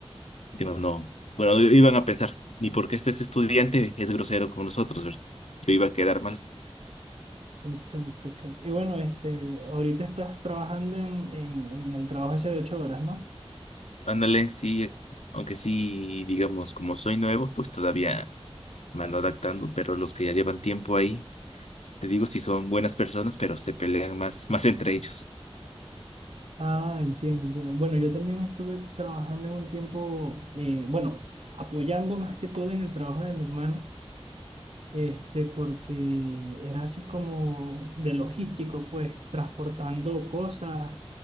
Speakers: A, on the left; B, on the right.
A: digo, no, bueno, iban a pensar, ni porque este es estudiante es grosero con nosotros, ¿verdad? Yo iba a quedar mal.
B: Exacto, exacto. Y bueno, este, ahorita estás trabajando en, en, en el trabajo ese de ocho horas, ¿no?
A: Ándale, sí, aunque sí, digamos, como soy nuevo, pues todavía me ando adaptando, pero los que ya llevan tiempo ahí, s- te digo si son buenas personas, pero se pelean más, más entre ellos.
B: Ah, entiendo, entiendo. Bueno, yo también estuve trabajando en un tiempo, eh, bueno, apoyando más que todo en el trabajo de mi hermana. este, porque era así como de logístico, pues, transportando cosas,